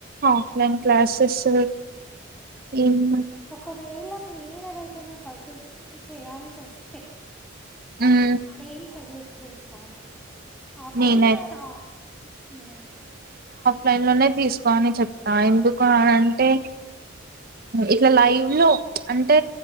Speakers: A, on the right; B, in the centre.
A: ఆఫ్లైన్ క్లాసెసు ఏమ
B: ఒకవేళ మీరె ఎవరికైనా సజెస్ట్ చేయాలి సోస్తే
A: మ్మ్
B: ఏం సజెస్ట్ చేస్తారు? ఆఫ్లైన్
A: నేనై
B: ఆర్ ఆన్లైన్
A: లైన్ లోనే తీసుకోని చెప్తా, ఎందుకు అని అంటే ఇట్ల లైవ్ లో ప్చ్ అంటే,